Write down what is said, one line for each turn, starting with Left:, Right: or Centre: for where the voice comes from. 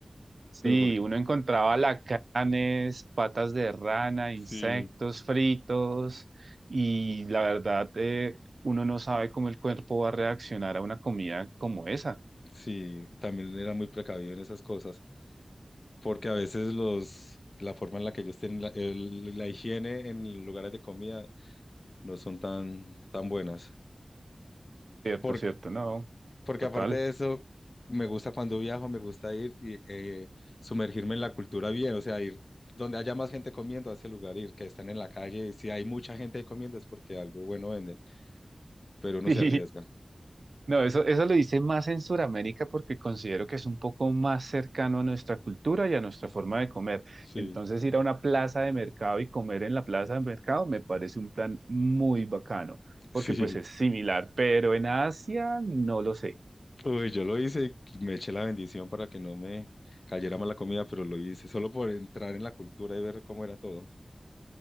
Right: Sí,
Left: pero porque...
Right: uno encontraba lacanes, patas de rana,
Left: Sí,
Right: insectos fritos y la verdad, eh, uno no sabe cómo el cuerpo va a reaccionar a una comida como esa.
Left: sí, también era muy precavido en esas cosas. porque a veces los, la forma en la que ellos tienen la, el- la higiene en los lugares de comida no son tan, tan buenas.
Right: Cierto,
Left: Por,
Right: cierto, no,
Left: porque
Right: total.
Left: aparte de
Right: <laughs>
Left: eso, me gusta cuando viajo, me gusta ir y eh, sumergirme en la cultura bien, o sea, ir donde haya más gente comiendo a ese lugar, ir que están en la calle, y si hay mucha gente comiendo es porque algo bueno venden, pero uno
Right: Sí,
Left: se arriesga.
Right: no, eso, eso lo hice más en Sudamérica porque considero que es un poco más cercano a nuestra cultura y a nuestra forma de comer.
Left: Sí,
Right: Entonces, ir a una plaza de mercado y comer en la plaza de mercado me parece un plan muy bacano, porque
Left: <laughs>
Right: pues
Left: sí.
Right: es similar, pero en Asia no lo sé.
Left: Uy, yo lo hice, y me eché la bendición para que no me cayera mal la comida, pero lo hice solo por entrar en la cultura y ver cómo era todo.